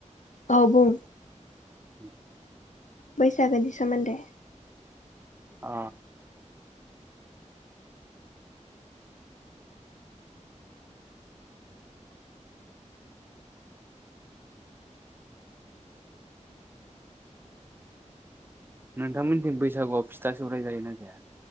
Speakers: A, on the left (about 75°); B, on the right (about 15°).
A: औ बुं।
B: <inaudible>
A: बैसागोनि सोमोनदै
B: अ नोंथांमोननिथिं बैसागुआव फिथा सौराइ जायोना जाया?